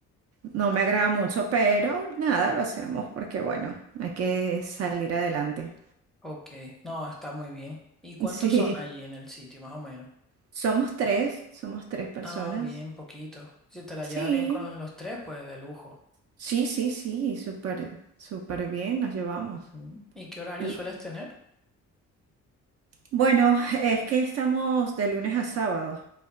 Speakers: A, on the right (about 55°); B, in the centre.
A: no me agrada mucho, pero nada, lo hacemos porque, bueno, hay que salir adelante.
B: Ok, no, está muy bien. ¿Y cuántos
A: <laughs> Sí,
B: son allí en el sitio, más o menos?
A: somos tres, somos tres personas.
B: Ah, bien, poquito. Si te la
A: Sí,
B: llevas bien con los tres, pues de lujo.
A: sí, sí, sí, súper, súper bien nos llevamos.
B: Ujú. ¿Y qué horario
A: Y
B: sueles tener?
A: bueno, es que estamos de lunes a sábado.